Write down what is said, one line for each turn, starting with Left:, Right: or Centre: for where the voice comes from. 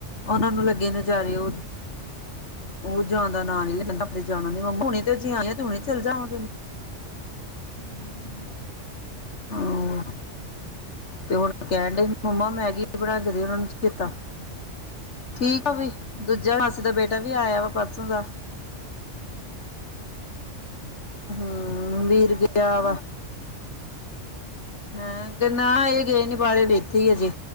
Left: ਉਹ ਨੂੰ
Right: ਹੂੰ,
Left: ਲੱਗੇ
Right: ਹੂੰ,
Left: ਨਜ਼ਾਰੇ ਉਹ ਉਹ ਜਾਂਦਾ ਨਾਂ ਨੀ ਲੈ ਜਾਣਾ ਨੀ ਲੈਂਦੀ ਤੇ ਹੁਣੇ ਤੇ ਇੱਥੇ ਆਈਆਂ ਤੇ ਹੁਣੇ ਚੱਲ ਜਾਵਾਂ
Right: ਹਮ ਹਮ ਹਮ ਹਮ
Left: ਹਮ ਤੇ ਹੁਣ ਕਹਿਣ ਡ ਮੰਮਾ ਮੈਗੀ
Right: ਛੋਟੇ
Left: ਬਣਾ
Right: ਵੀਰ
Left: ਕੇ ਦੇ
Right: ਦੀ
Left: ਉਹਨਾ
Right: ਸੁਣਾਓ?
Left: ਨੂੰ ਚੇਤਾ ਠੀਕ ਆ ਵੀ ਦੂਜਾ ਮਾਸੀ
Right: ਅੱਛਾ,
Left: ਦਾ ਬੇਟਾ ਵੀ ਆਇਆ ਵਾ ਪਰਸੋਂ ਦਾ
Right: ਅੱਛਾ ਅੱਛਾ
Left: ਹੂੰ
Right: ਗਏ ਨੀ
Left: ਵੀਰ
Right: ਬਾਹਰ
Left: ਗਿਆ
Right: ਭਾਲਥੇ-
Left: ਹ ਨਾ ਇਹ ਗਏ ਨੀ ਬਾਰੇ ਇਥੇ ਹੀਜੇ